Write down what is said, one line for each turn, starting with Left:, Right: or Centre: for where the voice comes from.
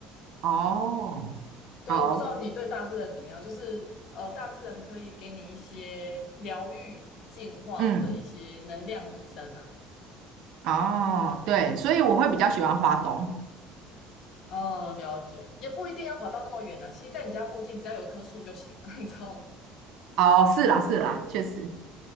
Right: 哦，
Left: 对，
Right: 好，
Left: 不知道你对大自然怎么样？就是呃，大自然可以给你一些疗愈、净化的一些能量提升啊。
Right: 嗯。哦，对，所以我会比较喜欢花东。
Left: 哦，了解，也不一定要跑到那么远啊。其实，在你家附近，只要有一棵树就行，<laughs> 你知道吗？
Right: 哦，是啦，是啦，确实